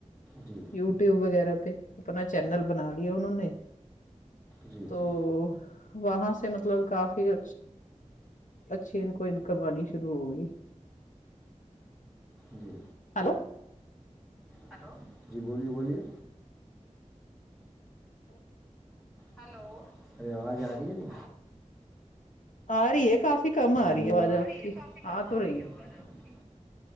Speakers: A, in the centre; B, on the left (about 85°).
A: جی
B: یوٹیوب وغیرہ پہ اپنا چینل بنا لیا انہوں نے
A: جی
B: تو
A: جی
B: وہاں سے مطلب کافی اچ ھی ان کو انکم آنی شروع ہوگی
A: جی
B: ہلو
A: ہلو جی بولیے بولیے ہلو میری آواز آ رہی ہے یا نہیں
B: آ رہی ہے کافی کم
A: ہلو
B: رہی ہے آواز
A: آ
B: آپ
A: رہی
B: کی
A: ہے کافی کم
B: تو
A: آ رہی ہے آواز آپ کی